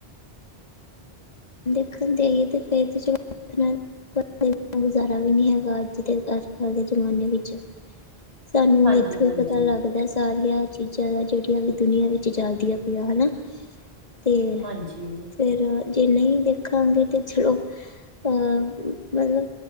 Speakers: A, on the left (about 40°); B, on the right (about 70°).
A: ਦੇਖਣ ਦੇਈਏ ਤੇ ਫਿਰ ਤੇ। <unintelligible> ਪਰ, ਇੰਨਾ ਗੁਜ਼ਾਰਾ ਵੀ ਨਹੀਂ ਹੈਗਾ, ਅੱਜ ਦੇ ਅੱਜ ਕੱਲ੍ਹ ਦੇ ਜ਼ਮਾਨੇ ਵਿੱਚ। ਸਾਨੂੰ
B: ਹਾਂਜੀ
A: ਇੱਥੋਂ
B: ਹਾਂਜੀ
A: ਹੀ ਪਤਾ ਲੱਗਦੈ ਸਾਰੀਆਂ ਚੀਜ਼ਾ ਦਾ ਜੇੜੀਆ ਵੀ ਦੁਨੀਆਂ ਵਿੱਚ ਚਲਦੀਆਂ ਪਈਆਂ ਹਨਾ। ਤੇ
B: ਹਾਂਜੀ
A: ਫਿਰ ਜੇ ਨਹੀਂ ਦੇਖਾਂਗੇ ਤਾਂ ਚਲੋ ਹਾਂ ਮਤਲਬ